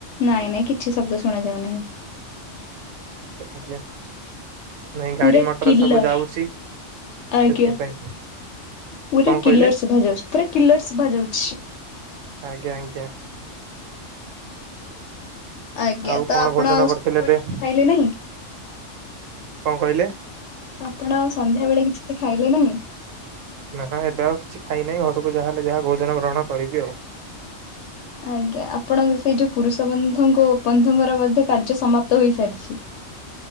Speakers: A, on the left (about 65°); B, on the right (about 80°).
A: ନାଇଁ ନାଇଁ କିଛି ଶବ୍ଦ ଶୁଣା ଯାଉ ନାହିଁ।
B: ଆଜ୍ଞା। ନାଇଁ
A: ପୁରା
B: ଗାଡି ମଟର
A: କିଲର
B: ସବୁ ଯାଉଛି ସେଥିପାଇଁ।
A: ଆଜ୍ଞା ପୁରା
B: କଣ
A: କିଲର୍
B: କହିଲେ?
A: ଶୁଭା ଯାଉଛି ପୁରା କିଲର୍ ଶୁଭା ଯାଉଛି।
B: ଆଜ୍ଞା ଆଜ୍ଞା।
A: ଆଜ୍ଞା
B: ଆଉ
A: ତ
B: କଣ
A: ଆପଣ
B: ଭୋଜନ
A: ଆଉ
B: କରିଥିଲେ ଏବେ କଣ
A: ଖାଇଲେ ନାହିଁ
B: କହିଲେ?
A: ଆପଣ ଆଉ ସନ୍ଧ୍ୟା ବେଳେ କିଛି ବି ଖାଇଲେ ନାହିଁ?
B: ନା ଏବେ ଆଉ କିଛି ଖାଇନାହିଁ ଘରକୁ ଯାହାହେଲେ ଯାହା ଭୋଜନ ଗ୍ରହଣ କରିବି ଆଉ।
A: ଆଜ୍ଞା ଆପଣଙ୍କର ସେଇ ଯୋଉ ପୁରୁଷ ବନ୍ଧୁଙ୍କ ବନ୍ଧୁଙ୍କର ମଧ୍ୟ କାର୍ଯ୍ୟ ସମାପ୍ତ ହୋଇସାରିଛି?